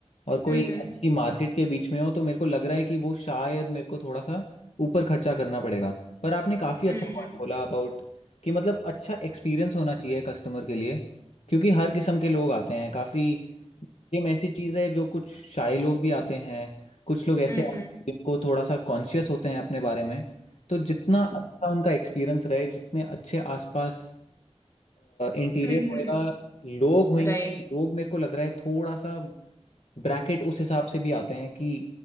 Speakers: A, on the left; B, on the left.
A: और कोई
B: हम्म
A: अच्छी मार्केट के बीच में हो तो मेरे को लग रहा है कि वो शायद मेरे को थोड़ा सा ऊपर खर्चा करना पड़ेगा पर आपने काफ़ी अच्छा
B: हम्म
A: पॉइंट बोला अबाउट कि मतलब अच्छा एक्सपीरियंस होना चाहिए कस्टमर के लिए क्योंकि हर किस्म के लोग आते हैं काफ़ी गेम ऐसी चीज है जो कुछ शाय लोग भी आते हैं कुछ लोग ऐसे
B: हम्म
A: आते हैं जिनको थोड़ा सा कॉन्शियस होते हैं अपने बारे में तो जितना अच्छा उनका एक्सपीरियंस रहे जितने अच्छे आसपास इंटीरियर
B: हम्म
A: होएगा लोग होंगे
B: राइट
A: लोग मेरे को लग रहा है थोड़ा सा ब्रैकेट उस हिसाब से भी आते हैं कि